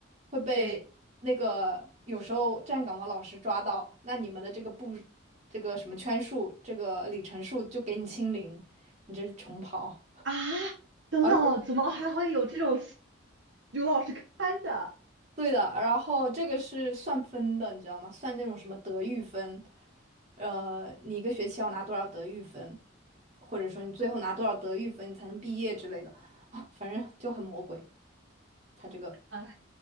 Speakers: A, on the right (about 35°); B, on the right (about 65°).
A: 会被那个有时候站岗的老师抓到，
B: 对
A: 那你们的这个步，这个什么圈数，这个里程数就给你清零，你这是重跑。
B: 啊，等等，
A: 而
B: 怎么还会有这种 <laughs> 有老师看着？
A: 对的，然后这个是算分的，你知道吗？算那种什么德育分，呃，你一个学期要拿多少德育分，或者说你最后拿多少德育分，你才能毕业之类的，<laughs> 啊，反正就很魔鬼。他这个
B: 啊